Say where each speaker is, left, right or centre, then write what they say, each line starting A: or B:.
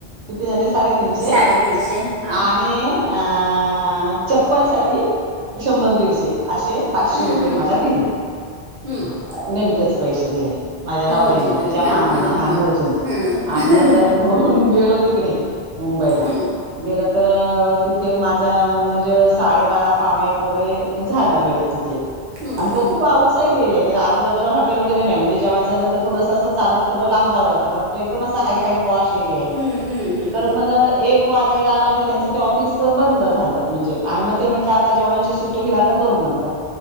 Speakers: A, on the right (about 80°); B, on the right (about 50°).
A: किती झाले साडेतीनशे
B: साडेतीनशे हा
A: आणि अ चप्पल साठी शंभर दीडशे असे पाचशे
B: हम्म
A: रुपये
B: हम्म
A: मला दिले
B: हम्म हम्म
A: हा. पैसे दिले माझ्या नवर्याने
B: मोजतात
A: तुझ्या
B: हां
A: मामाने
B: हां
A: हा
B: हां
A: मोजून
B: हां
A: आणि मग घेऊन गेलो तिकडे मुंबईला
B: हम्म
A: गेलं तर तिथे माझ म्हणजे साडेबारा पावणे एक वगैरे झाला वेळ तिथे.
B: हम्म
A: आणि तो
B: हम्म हम्म
A: खूप आउटसाइड एरिया त्याच्या आजूबाजूला हॉटेल वगैरे नाय म्हणजे जेवायच झालं तर थोडंस असं चालत. थोड लाब जावं लागंत कारण तो एकदम असा हायफाय पॉश एरिया आहे
B: हम्म हम्म हम्म
A: तर मग एक वाजायला आला म्हणजे त्यांच ते ऑफिस बंद झालं म्हणजे आणि मग ते म्हटलं आता जेवणाची सुट्टी होईल. आता दोन नंतर